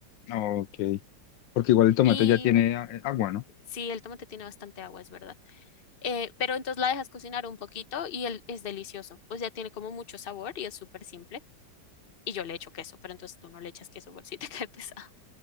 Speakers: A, on the left (about 85°); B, on the left (about 35°).
A: Ok, porque igual el tomate
B: Y
A: ya tiene
B: bueno,
A: a- agua, ¿no?
B: sí, el tomate tiene bastante agua, es verdad. Eh, pero entonces la dejas cocinar un poquito y el, es delicioso. O sea, tiene como mucho sabor y es súper simple. Y yo le echo queso, pero entonces tú no le echas queso por si te <laughs> cae pesado.